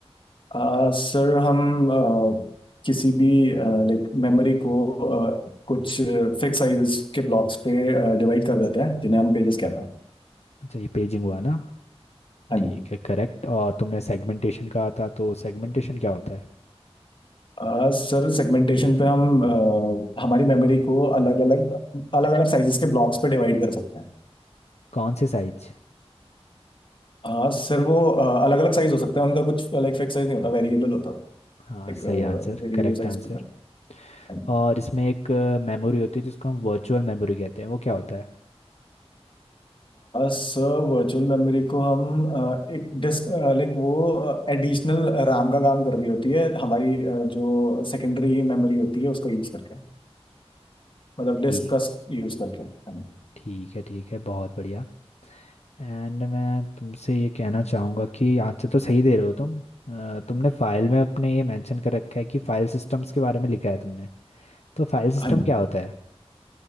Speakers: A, on the left; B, on the left.
A: अ, सर हम अ, किसी भी लाइक मेमोरी को अ, कुछ फिक्स साइजेस के ब्लॉक्स पे डिवाइड कर देते हैं जिन्हें हम पेजेस कहते हैं
B: अच्छा ये पेजिंग हुआ ना
A: हाँ
B: ठीक
A: जी
B: है करेक्ट और तुमने सेगमेंटेशन कहा था तो सेगमेंटेशन क्या होता है
A: अ, सर सेगमेंटेशन पे हम अ, हमारी मेमोरी को अलग अलग अलग अलग साइजेस के ब्लॉक्स पे डिवाइड कर सकते हैं
B: कौन से साइज
A: अ, सर वो अलग अलग साइज हो सकते हैं उनका कुछ लाइक फिक्स साइज नहीं होता वेरिएबल होता है,
B: हाँ
A: लाइक
B: सही आंसर
A: वेरिएबल
B: करेक्ट
A: साइज
B: आंसर
A: पे हाँ जी
B: और इसमें एक मेमोरी होती है जिसको हम वर्चुअल मेमोरी कहते हैं वो क्या होता है
A: सर वर्चुअल मेमोरी को हम अ, एक डिस्क लाइक वो एडिशनल रैम का काम कर रही होती है हमारी अ, जो सेकेंडरी मेमोरी होती है उसको यूज करके मतलब
B: ठीक
A: डिस्क का यूज करके हाँ जी
B: ठीक है ठीक है बहुत बढ़िया एंड मैं तुमसे ये कहना चाहूँगा कि आंसर तो सही दे रहे हो तुम अ, तुमने फाइल में अपने ये मेंशन कर रखा है कि फाइल सिस्टम्स के बारे में लिखा है तुमने तो फाइल सिस्टम
A: हाँ जी।
B: क्या होता है